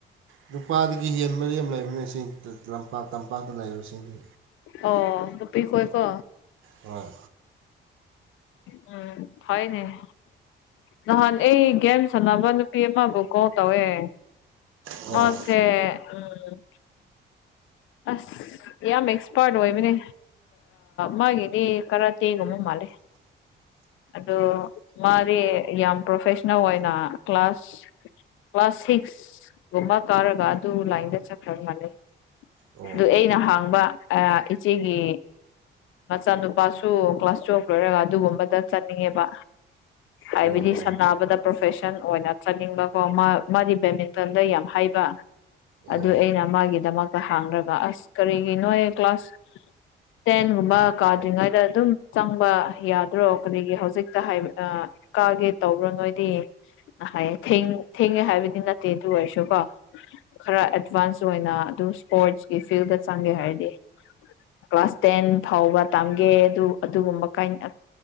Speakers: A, on the right; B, on the left.
A: ꯅꯨꯄꯥꯗꯒꯤ ꯍꯦꯟ ꯃꯔꯤ ꯑꯃ ꯂꯩꯕꯅ ꯂꯝꯄꯥꯛ ꯇꯝꯄꯥꯛꯇ ꯂꯩꯕꯁꯤꯡꯅꯤ
B: ꯑꯣ ꯃꯄꯤꯈꯣꯏ ꯀꯣ
A: ꯎꯣꯏ
B: ꯎꯝ ꯊꯅꯦ ꯅꯍꯥꯟ ꯑꯩ ꯒꯦꯝ ꯁꯥꯟꯅꯕ ꯅꯨꯄꯤ ꯑꯃꯕꯨ ꯀꯣꯜ ꯇꯧꯑꯦ
A: ꯑꯣ
B: ꯑꯣꯁꯦ ꯎꯝ ꯑꯁ ꯌꯥꯝ ꯑꯦꯛꯁꯄꯥꯔꯠ ꯑꯣꯏꯕꯅꯦ ꯃꯥꯒꯤꯗꯤ ꯈꯔ ꯇꯦꯒꯨꯝꯕ ꯃꯥꯜꯂꯦ ꯑꯗꯨ ꯃꯥꯗꯤ ꯌꯥꯝ ꯄ꯭ꯔꯣꯐꯦꯁꯅꯦꯜ ꯑꯣꯏꯅ ꯀ꯭ꯂꯥꯁ ꯀ꯭ꯂꯥꯁ ꯁꯤꯛꯁꯒꯨꯝꯕ ꯀꯥꯔꯒ ꯑꯗꯨ ꯂꯥꯏꯟꯗ ꯆꯠꯈ꯭ꯔ ꯃꯥꯜꯂꯦ
A: ꯑꯣ ꯑꯣ
B: ꯑꯗꯨ ꯑꯩꯅ ꯍꯥꯡꯕ ꯏꯆꯦꯒꯤ ꯃꯆꯥꯅꯨꯄꯥꯁꯨ ꯀ꯭ꯂꯥꯁ ꯇꯨꯋꯦꯜꯐ ꯂꯣꯏꯔꯒ ꯑꯗꯨꯒꯨꯝꯕꯗ ꯆꯠꯅꯤꯡꯉꯦꯕ ꯍꯥꯏꯕꯗꯤ
A: ꯍꯣꯏ ꯍꯣꯏ
B: ꯁꯝꯕꯗ ꯄ꯭ꯔꯣꯐꯦꯁꯟ ꯑꯣꯏꯅ ꯆꯠꯅꯤꯡꯕꯀꯣ ꯃꯥꯗꯤ ꯕꯦꯠꯃꯤꯟꯇꯟꯗ ꯌꯥꯝ ꯍꯥꯏꯕ
A: ꯑꯣ
B: ꯑꯗꯨ
A: ꯍꯣꯏ
B: ꯑꯩꯅ ꯃꯥꯒꯤꯗꯃꯛꯇ ꯍꯥꯡꯔꯒ ꯑꯁ ꯀꯔꯤꯒꯤꯅꯣ ꯀ꯭ꯂꯥꯁ ꯇꯦꯟꯒꯨꯝꯕ ꯀꯥꯗ꯭ꯔꯤꯉꯩꯗ ꯑꯗꯨꯝ ꯆꯪꯕ ꯌꯥꯗ ꯑ꯭ꯔꯣ ꯀꯔꯤꯒꯤ ꯍꯧꯖꯤꯛꯇ ꯍꯥꯏ ꯀꯥꯒꯦ ꯇꯧꯕ꯭ꯔꯣ ꯅꯣꯏꯗꯤ ꯍꯥꯏꯌꯦ ꯊꯦꯡꯉꯦ ꯍꯥꯏꯕꯗꯤ ꯅꯠꯇꯦ ꯑꯗꯨ ꯑꯣꯏꯔꯁꯨ ꯀꯣ ꯈꯔ ꯑꯦꯗꯚꯥꯟꯁ ꯑꯣꯏꯅ ꯑꯗꯨꯝ ꯏꯁꯄꯣꯔꯠꯁꯀꯤ ꯐꯤꯜꯗ ꯆꯪꯒꯦ ꯍꯥꯏꯔꯗꯤ ꯀ꯭ꯂꯥꯁ ꯇꯦꯟ ꯐꯥꯎꯕ ꯇꯝꯒꯦ ꯑꯗꯨ ꯑꯗꯨꯒꯨꯝꯕ ꯀꯥꯏꯅ